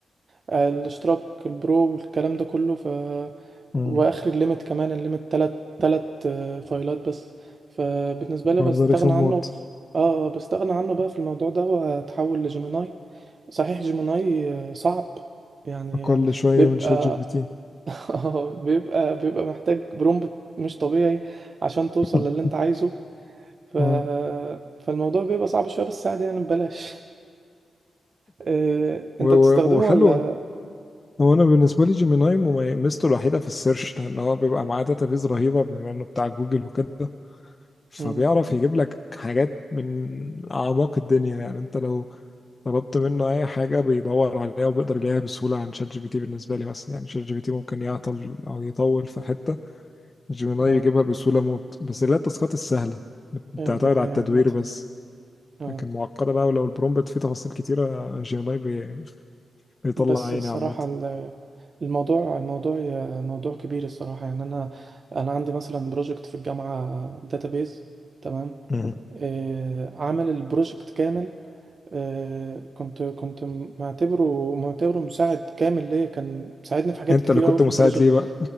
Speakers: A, on the right; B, on the left.
A: آه، الاشتراك البرو والكلام ده كله ف
B: مم.
A: واخر الليمت كمان الليمت تلات تلات آه، فايلات بس فبالنسبة لي
B: الحوار
A: بستغنى
B: ده رخم
A: عنه
B: موت
A: في اه آه، بستغنى عنه بقى في الموضوع ده واتحول لجيميناي صحيح جيميناي آه، صعب يعني
B: اقل شويه
A: بيبقى
B: من شات جي بي تي
A: <laughs> آه، بيبقى بيبقى محتاج برومبت مش طبيعي عشان توصل
B: <laughs>
A: للي انت عايزه ف...
B: اه
A: فالموضوع بيبقى صعب شوية بس عادي يعني ببلاش <laughs> إيه،
B: و-
A: انت
B: و-
A: بتستخدمه
B: وحلو
A: ولا
B: هو انا بالنسبه لي جيميناي ممي- ميزته الوحيده في السيرش لان هو بيبقى معاه داتابيز رهيبه بما انه بتاع جوجل وكده فبيعرف
A: مم،
B: يجيب لك حاجات من اعماق الدنيا يعني انت لو طلبت منه اي حاجه بيدور عليها وبيقدر يلاقيها بسهوله عن شات جي بي تي بالنسبه لي مثلا يعني شات جي بي تي ممكن يعطل او يطول في حته جيميناي
A: اه
B: يجيبها بسهوله موت بس اللي هي التاسكات السهله بتعتمد
A: إيه، دي حقيقة
B: على التدوير
A: عامة
B: بس
A: اه
B: لكن معقده بقى ولو البرومبت فيه تفاصيل كتيره جيميناي بي- بيطلع
A: بس
B: عيني
A: الصراحة
B: عامه
A: ال- الموضوع الموضوع ي- موضوع كبير الصراحة يعني انا انا عندي مثلا بروجكت في الجامعة داتابيز تمام
B: مهم.
A: إيه، عامل البروجكت كامل آه، كنت كنت معتبره معتبره مساعد كامل ليا كان مساعدني في حاجات
B: انت
A: كتير
B: اللي كنت
A: قوي في
B: مساعد
A: البروجكت
B: ليه بقى